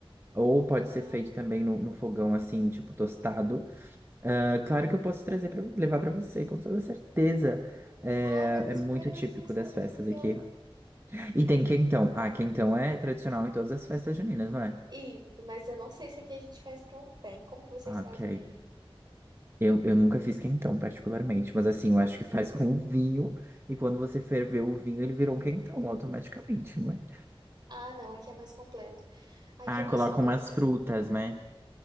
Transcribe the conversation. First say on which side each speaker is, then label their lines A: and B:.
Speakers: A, on the right; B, on the right.
A: Ou pode
B: Aham.
A: ser feito também no, no fogão, assim, tipo tostado. Ah, claro que eu posso trazer para levar para você, com toda certeza. É,
B: Ai, meu Deus,
A: é muito
B: primeira vez
A: típico
B: que você
A: das
B: mata
A: festas
B: pinhão.
A: aqui. E tem quentão. Ah, quentão é tradicional em todas as festas juninas, não é?
B: Isso, mas eu não sei se aqui a gente faz tão bem. Como que vocês
A: Ah,
B: fazem
A: Ok.
B: aí?
A: Eu, eu nunca fiz quentão, particularmente, mas assim, eu acho que faz com o vinho, e quando você ferveu o vinho, ele virou um quentão automaticamente, não é?
B: Ah, não, aqui é mais completo. Aqui
A: Ah,
B: o
A: coloca
B: pessoal coloca,
A: umas frutas, né?